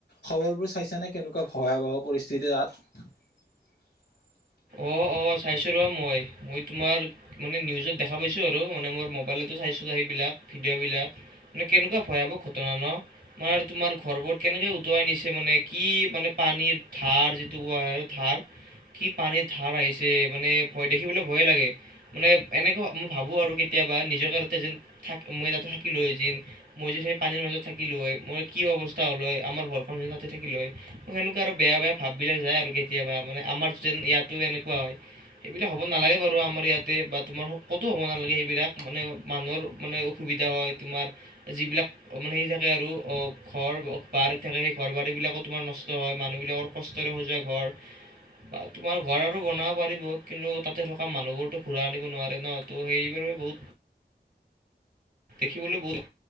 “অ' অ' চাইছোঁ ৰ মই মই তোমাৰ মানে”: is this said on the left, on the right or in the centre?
Right